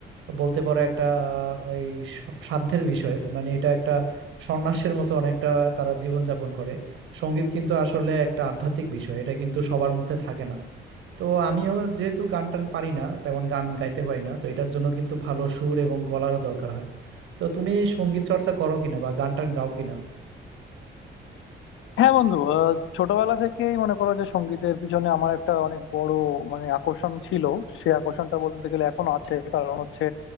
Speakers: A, on the right (about 80°); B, on the left (about 85°).
A: বলতে পারো একটা আহ, এই স- সাধ্যের বিষয় মানে এটা একটা সন্ন্যাসের মতো অনেকটা তারা জীবনযাপন করে সঙ্গীত কিন্তু আসলে একটা আধ্যাত্মিক বিষয় এটা কিন্তু সবার মধ্যে থাকে না তো আমিও যেহেতু গান টান পারি না তেমন গান গাইতে পারি না তো এটার জন্য কিন্তু ভালো সুর এবং গলারও দরকার হয় তো তুমি সঙ্গীত চর্চা করো কিনা বা গান টান গাও কিনা
B: হ্যাঁ বন্ধু আহ, ছোটবেলা থেকেই মনে করো যে সঙ্গীতের পিছনে আমার একটা অনেক বড় মানে আকর্ষণ ছিল সে আকর্ষণটা বলতে গেলে এখনো আছে কারণ হচ্ছে